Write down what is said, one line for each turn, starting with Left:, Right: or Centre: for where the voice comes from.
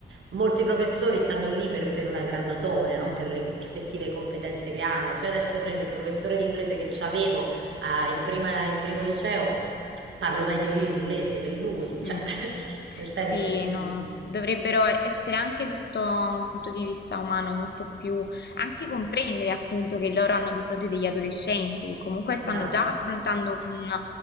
Right: Molti professori stanno lì per, per una graduatoria, non per le effettive competenze che hanno. Se io adesso prendo il professore di inglese che avevo in, prima- in primo liceo, parlo meglio io inglese che lui. Cioè,
Left: Mm.
Right: <laughs> nel senso,
Left: Sì, no,
Right: mm,
Left: dovrebbero essere anche sotto un punto di vista umano molto più, anche comprendere appunto che loro hanno di fronte degli adolescenti che comunque stanno
Right: esatto,
Left: già affrontando un,